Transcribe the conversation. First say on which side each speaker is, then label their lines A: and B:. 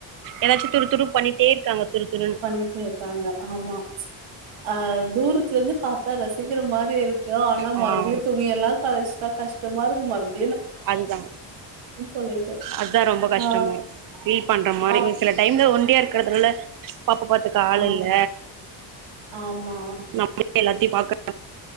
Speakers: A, on the right; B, on the right.
A: ஏதாச்சு துறு துறு பண்ணிட்டே இருக்காங்க துரு துருன்னு
B: பண்ணிட்டே இருக்காங்க ஆமா ஆஹ் தூரத்துல இருந்து பாத்தா ரசிக்கிற மாரி யோ ஆனா
A: ஆ
B: மறுபடியு துணியெல்லா கழச்சிட்டா கஷ் <unintelligible>
A: அதுதா
B: சொல்லிட்டு
A: அதா ரொம்ப கஷ்டமா
B: ஆ
A: ஃபீல் பண்ற மாரி
B: பா
A: ஒரு சில டைம்ல ஒண்டியா இருக் <unintelligible> பாப்ப பாத்துக்க ஆள்
B: ஆமா
A: இல்ல
B: ஆமா
A: நம்ம எல்லாத்தையு பாக்